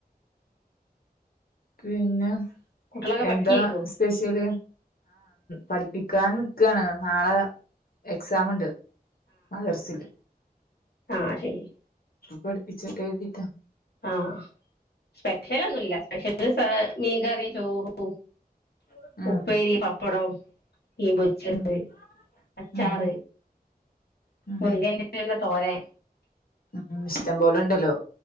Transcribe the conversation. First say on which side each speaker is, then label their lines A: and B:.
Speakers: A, on the left; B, on the left.
A: പിന്നെ
B: കുട്ടികളൊക്കെ പഠിക്കായിരിക്കും
A: എന്താ സ്പെഷ്യൽ പഠിപ്പിക്കാൻ നിക്കാണ് നാളെ എക്സാമിൻഡ് ആ എറച്ചിഇണ്ട്
B: ആ ശെരി
A: പഠിപ്പിച്ചട്ടെന്ന് കർതീട്ടാ
B: ആ സ്പെഷ്യൽ ഒന്നുല്ല്യാ സ്പെഷ്യല് മീൻ കറിയും ചോറും
A: ഉം
B: ഉപ്പേരി പപ്പടം മീൻ പൊരിച്ചത്
A: ഉം
B: അച്ചാർ
A: ഉം ഉം
B: മുരിങ്ങന്റലതോരൻ
A: ഉം ഇഷ്ടം പോലെ ഉണ്ടല്ലോ